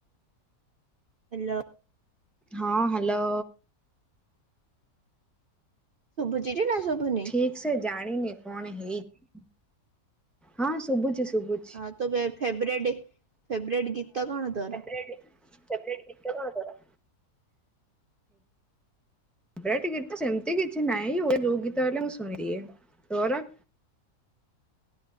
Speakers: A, on the right (about 50°); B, in the centre.
A: ହାଲୋ।
B: ହଁ ହାଲୋ।
A: ଶୁବୁଚିଟି ନା ଶୁବୁନି?
B: ଠିକସେ ଜାଣିନି କଣ ହେଇଚି ହଁ ଶୁବୁଚି ଶୁବୁ
A: ଆତ ଫେବ୍ରେଟ୍ ଫେବ୍ରେଟ୍ ଗୀତ କଣ ତୋର?
B: <unintelligible> ଫେବ୍ରେଟ୍ ଗୀତ‌ କଣ ତୋର? ଫେବ୍ରେଟ୍ ଗୀତ ସେମିତି କିଛି ନାହିଁ ଓ- ଯଉ ଗୀତ ହେଲେ ମୁଁ ଶୁଣିଦିଏ ତୋର?